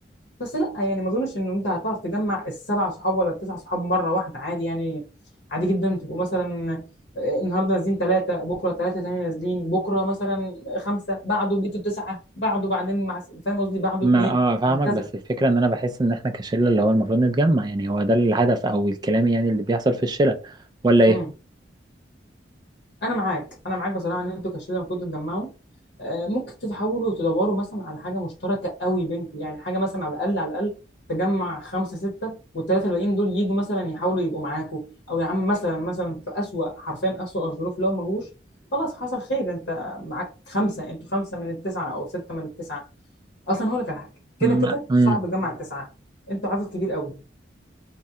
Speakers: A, on the left; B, on the right.
A: بس لا يعني ما اظنش ان انت هتعرف تجمع السبع صحاب ولا التسع صحاب مره واحده عادي يعني عادي جدا تبقوا مثلا آه، النهارده نازلين ثلاثه بكره ثلاثه تاني نازلين بكره مثلا خمسه بعده بقيتوا تسعه بعده بعدين مع فاهم قصدي بعده
B: ما
A: اثنين
B: اه فاهمك
A: وهكذا
B: بس الفكره ان انا بحس ان احنا كشله اللي هو المفروض نتجمع يعني هو ده الهدف او الكلام يعني اللي بيحصل في الشله ولا
A: امم
B: ايه
A: انا معاك انا معاك بصراحه ان انتوا كشله المفروض تتجمعوا آه، ممكن تحاولوا تدوروا مثلا على حاجه مشتركه قوي بينكم يعني حاجه مثلا على الاقل على الاقل تجمع خمسه سته والثلاثه الباقيين دول يجوا مثلا يحاولوا يبقوا معاكم او يا عم مثلا مثلا في اسوأ حرفيا اسوأ الظروف لو ما جوش خلاص حصل خير انت معاك خمسه انتوا خمسه من التسعه او سته من التسعه اصلا هقول لك على حاجه كده
B: ما
A: كده
B: مم.
A: صعب تجمع التسعه انتوا عدد كبير قوي